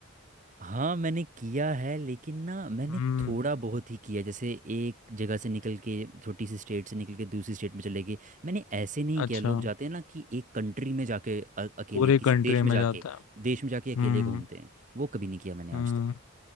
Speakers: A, on the right (about 35°); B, on the left (about 75°).
A: हाँ मैंने किया है लेकिन ना मैंने
B: हम्म
A: थोड़ा बहुत ही किया जैसे एक जगह से निकल के छोटी सी स्टेट से निकल के दूसरी स्टेट में चले गए मैंने ऐसे नहीं
B: अच्छा
A: किया लोग जाते हैं ना कि एक कंट्री में जाके अ- अकेले
B: पूरे
A: किसी
B: कंट्री
A: देश
B: में
A: में जाके
B: जाता है
A: देश में जाके अकेले
B: हम्म
A: घूमते हैं वो कभी नहीं किया मैंने आज
B: हम्म
A: तक